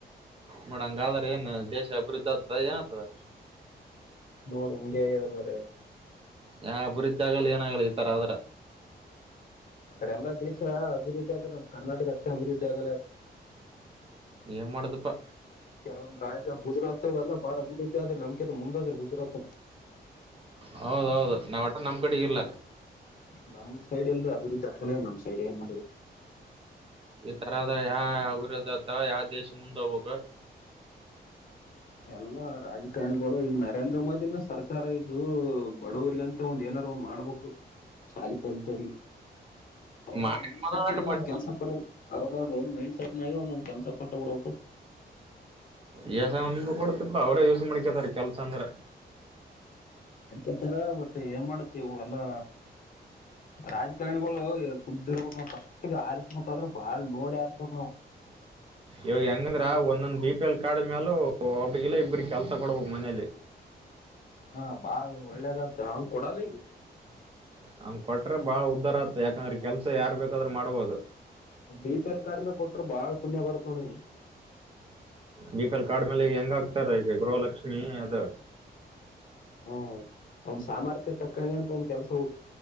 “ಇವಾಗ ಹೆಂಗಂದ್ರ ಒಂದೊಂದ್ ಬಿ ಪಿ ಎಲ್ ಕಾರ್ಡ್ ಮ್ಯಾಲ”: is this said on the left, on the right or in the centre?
Right